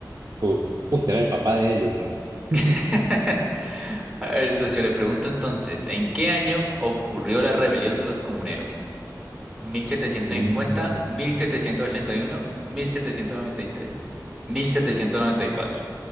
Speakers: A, on the right; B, in the centre.
A: Uh, usted era el papá de ellos, creo. <laughs>
B: <laughs> El socio, le pregunto entonces, ¿en qué año ocurrió la rebelión de los comuneros? ¿1750,
A: Mm,
B: 1781, 1793, 1794?